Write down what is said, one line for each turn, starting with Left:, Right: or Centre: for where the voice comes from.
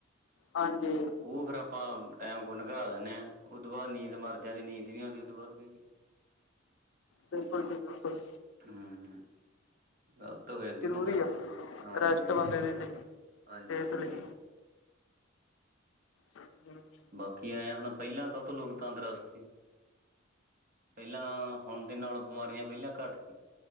Left: ਹਾਂਜੀ,
Right: ਉਹ ਫੇਰ ਆਪਾਂ ਟਾਈਮ ਕੋ ਲਘਾ ਦਿੰਦੇੇ ਆ, ਉਦੋ ਬਾਅਦ ਨੀਂਦ ਮਰ ਜਾਂਦੀ ਨੀਂਦ ਨੀ ਆਂਉਦੀ ਉਦੋਂ ਬਾਅਦ ਕ। <inaudible>
Left: ਬਿਲਕੁਲ ਜੀ ਬਿਲਕੁਲ।
Right: ਹੂੰ। ਗਲਤ ਹੋ ਜਾਂਦੀ
Left: ਜ਼ਰੂਰੀ
Right: ਨਾ ਗੱਲ,
Left: ਆ।
Right: ਹਾਂਜੀ-
Left: ਰੈਸਟ
Right: ਹਾਂਜੀ,
Left: ਬੰਦੇ ਦੇ ਲਈ
Right: ਹਾਂਜੀ-
Left: ਸਿਹਤ
Right: ਹਾਂਜੀ।
Left: ਲਈ। ਬਿਲਕੁਲ ਜੀ।
Right: ਬਾਕੀ ਆਏ ਹੁਣ, ਪਹਿਲਾਂ ਕਾਹਤੋ ਲੋਕ ਤੰਦਰੁਸਤ ਸੀ। ਪਹਿਲਾਂ, ਹੁਨ ਦੇ ਨਾਲ ਬਿਮਾਰੀਆਂ ਪਹਿਲਾਂ ਘੱਟ ਸੀ।